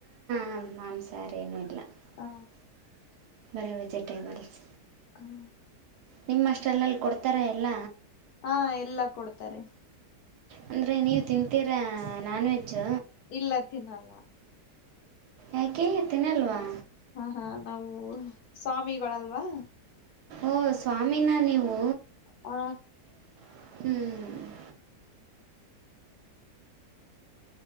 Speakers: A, on the right; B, on the left.
A: ಹಂ ಮಾಂಸಾರೇನುೂ ಇಲ್ಲ
B: ಹ
A: <inaudible> ಬರ ವೆಜಿಟೇಬಲ್ಸ್
B: ಹ
A: ನಿಮ್ಮ ಅಷ್ಟಲ್ಲಲ್ಲಿ ಕೊಡ್ತಾರೆ ಎಲ್ಲ
B: ಹಾ ಎಲ್ಲ ಕೊಡ್ತಾರೆ
A: ಅಂದ್ರೆ ನೀವು ತಿಂತೀರಾ ನಾನ್ ವೆಜ್ಜ್
B: ಇಲ್ಲ ತಿನ್ನಲ್ಲ
A: ಯಾಕ ತಿನ್ನಲ್ವಾ
B: ಹಾ ಹಾ ನಾವು ಸ್ವಾಮಿಗಳಲ್ವಾ
A: ಓಹ ಸ್ವಾಮಿನ ನೀವು
B: ಹಾ
A: ಹ್ಮ್